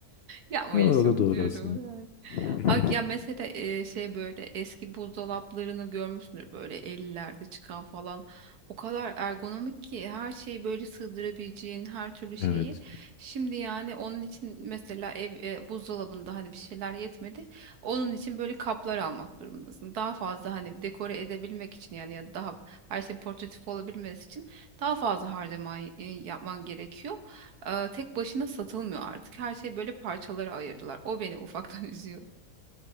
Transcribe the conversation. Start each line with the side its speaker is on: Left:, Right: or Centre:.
Right: Yapmayın
Left: Doğru
Right: şunu
Left: o da doğru
Right: diyorum.
Left: aslında.
Right: yani.
Left: <laughs>
Right: Ak ya mesela e, şey böyle eski buzdolaplarını görmüşsündür böyle 50'lerde çıkan falan. O kadar ergonomik ki her şeyi böyle sığdırabileceğin her türlü şeyi.
Left: Evet.
Right: Şimdi yani onun için mesela ev e, buzdolabında hani bir şeyler yetmedi. Onun için böyle kaplar almak durumundasın. Daha fazla hani dekore edebilmek için yani ya da daha her şey portatif olabilmesi için daha fazla harcama e, yapman gerekiyor. Eee, tek başına satılmıyor artık. Her şey böyle parçalara ayırdılar. O beni ufaktan <laughs> üzüyor.